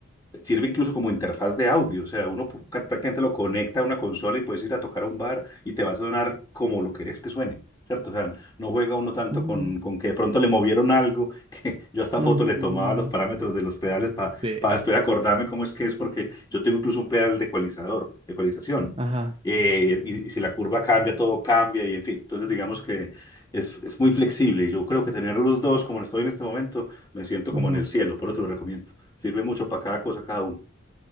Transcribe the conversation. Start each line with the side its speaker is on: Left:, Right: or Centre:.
Left: Sirve incluso como interfaz de audio, o sea, uno pu- ca- prácticamente lo conecta a una consola y puedes ir a tocar a un bar y te va a sonar como lo querés que suene, ¿cierto? O sea, no juega uno tanto
Right: Ujú,
Left: con, con que de pronto le movieron algo, <laughs> que yo hasta
Right: ujú.
Left: foto le tomaba los parámetros de los pedales para
Right: Sí.
Left: después acordarme cómo es que es, porque yo tengo incluso un pedal de ecualizador, de ecualización,
Right: Ajá.
Left: eh, y, y si la curva cambia, todo cambia, y en fin, entonces digamos que es, es muy flexible y yo creo que tener los dos como lo estoy en este momento, me siento
Right: ujú.
Left: como en el cielo, por otro lo recomiendo. Sirve mucho para cada cosa, cada uno.